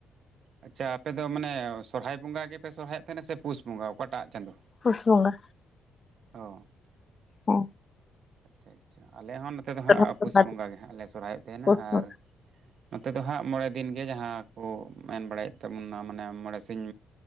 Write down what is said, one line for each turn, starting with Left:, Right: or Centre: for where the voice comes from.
Right: ᱟᱪᱪᱷᱟ ᱟᱯᱮᱫᱚ ᱢᱟᱱᱮ ᱥᱚᱨᱦᱟᱭ ᱵᱚᱸᱜᱟ ᱜᱮᱯᱮ ᱥᱚᱨᱦᱟᱭᱮᱫ ᱛᱟᱦᱮᱱᱟ ᱥᱮ ᱯᱩᱥ ᱵᱚᱸᱜᱟ ᱚᱠᱟᱴᱟᱜ ᱪᱟᱸᱫᱳ?
Left: ᱯᱩᱥ ᱵᱚᱸᱜᱟ᱾
Right: ᱚᱸᱻ ᱾
Left: ᱳ ᱾
Right: ᱟᱪᱪᱷᱟ ᱟᱪᱪᱷᱟ ᱟᱞᱮ ᱦᱚᱸ ᱱᱚᱛᱮ ᱫᱚ
Left: ᱥᱚᱨᱦᱟᱭ
Right: ᱦᱟᱸᱜ ᱯᱩᱥ ᱵᱚᱸᱜᱟ ᱜᱮ ᱦᱟᱸᱜ ᱞᱮ ᱥᱚᱨᱦᱟᱭᱚᱜ ᱛᱟᱦᱮᱱᱟ
Left: ᱯᱩᱥ ᱵᱚᱸᱜᱟ
Right: ᱟᱨ ᱱᱚᱛᱮ ᱫᱚ ᱦᱟᱸᱜ ᱢᱚᱬᱮ ᱫᱤᱱ ᱜᱮ ᱡᱟᱦᱟ ᱠᱚ ᱢᱮᱱ ᱵᱟᱲᱟᱭᱮᱫ ᱛᱟᱵᱚᱱᱟ ᱢᱟᱱᱮ ᱢᱚᱬᱮ ᱥᱤᱧ